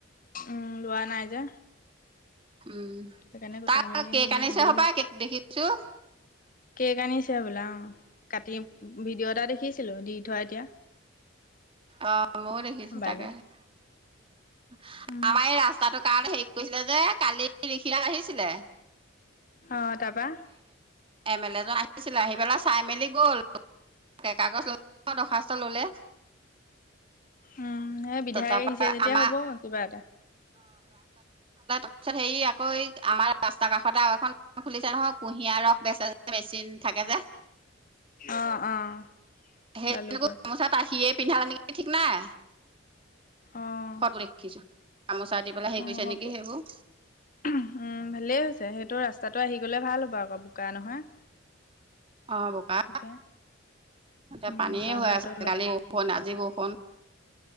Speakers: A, on the left (about 40°); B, on the right (about 25°).
A: উম লোৱা নাই যে।
B: উ'ম
A: সেইকাৰণে গোটাই
B: তাত
A: মেলি
B: কেক
A: আহি
B: আনিছে
A: আজৰি
B: হপাই
A: হৈছে
B: কেক দেখিছোঁ।
A: কেক আনিছে বোলা। অ', কাটিম ভিডিঅ' এটা দেখিছিলো দি থওঁ এতিয়া।
B: অ' মইও দেখিছো
A: মোবাইলত
B: তাকে। আমাৰ
A: উম,
B: এই ৰাস্তাটোৰ কাৰণে হেৰি কৰিছিলে যে কালি এইখিলা আহিছিলে।
A: অ' তাবা
B: এমে লে জন আহিছিলে আহি পেলাই চাই -মেলি গ'ল। তাই কাগজ লক দৰখাস্ত ল'লে।
A: উম এই বিধায়ক
B: তাৰ পৰা
A: আহিছে যেতিয়া
B: আমাৰ
A: হ'ব কিবা এটা।
B: পিছত হেৰি আকৌ আমাৰ ৰাস্তাৰ কাষতে আৰু এখন খুলিছে নহয়। কুঁহিয়াৰ ৰস বেচা বেচিন থাকে যে।
A: অ', অ',
B: সেই
A: লালুকত
B: লগত গামোচাত আহিয়ে পিন্ধালে নেকি ঠিক নাই?
A: অ',
B: ফটো দেখিছো, গামোচা দি পেলাই হেৰি
A: অ',
B: কৰিছে
A: হ'ব।
B: নেকি সেইবোৰ।
A: উ'ম, ভালেই হৈছে সেইটো ৰাস্তাটো আহি গ'লে ভাল হ'ব আকৌ বোকা নহয়।
B: অ' বোপা
A: এতিয়া।
B: তাতে
A: উম,
B: পানীয়ে
A: বাওঁগাইটো
B: হৈ আছে
A: অলপ
B: কালি বৰষুণ, আজি বৰষুণ।